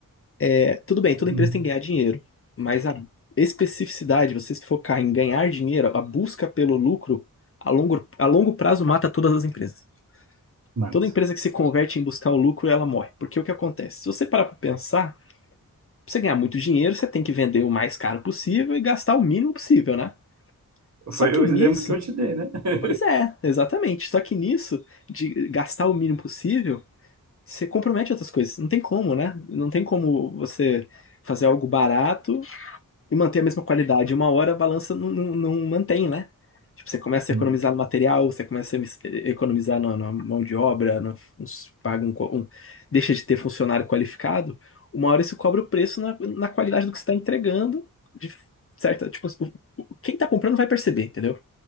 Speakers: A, on the left (about 40°); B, on the right (about 50°).
A: é, tudo bem, toda
B: hum,
A: empresa tem que ganhar dinheiro, mas a especificidade, você se focar em ganhar dinheiro, a busca pelo lucro, a longo, a longo prazo mata todas as empresas.
B: mato.
A: Toda empresa que se converte em buscar o lucro, ela morre. Porque o que acontece? Se você parar para pensar, pra você ganhar muito dinheiro, você tem que vender o mais caro possível e gastar o mínimo possível, né? Só
B: Foi
A: que
B: o
A: nisso,
B: exemplo que eu te dei, né? <laughs>
A: pois é, exatamente. Só que nisso, de gastar o mínimo possível, você compromete outras coisas. Não tem como, né? Não tem como você fazer algo barato e manter a mesma qualidade. Uma hora a balança não, não, não mantém, né? Tipo, você começa
B: Não,
A: a economizar no material, você começa a emis- economizar na, na mão de obra, no, uns- paga um, co- um- deixa de ter funcionário qualificado. Uma hora isso cobra o preço na, na qualidade do que você está entregando, de certa, tipo, o- o- quem está comprando vai perceber, entendeu?